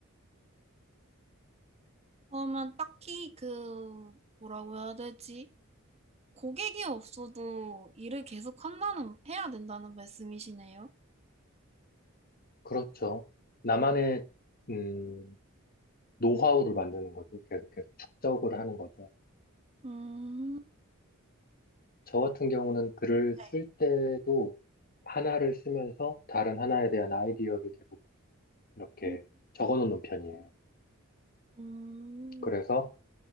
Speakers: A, on the right; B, on the left.
A: 그러면 딱히 그 뭐라고 해야 되지? 고객이 없어도 일을 계속 한다는 해야 된다는 말씀이시네요.
B: 그렇죠. 나만의, 음, 노하우를 만드는 거죠. 계속 계속 축적을 하는 거죠.
A: 음.
B: 저 같은 경우는 글을 쓸
A: 네.
B: 때도 하나를 쓰면서 다른 하나에 대한 아이디어를 계속 이렇게
A: 음,
B: 적어 놓는 편이에요.
A: 음,
B: 그래서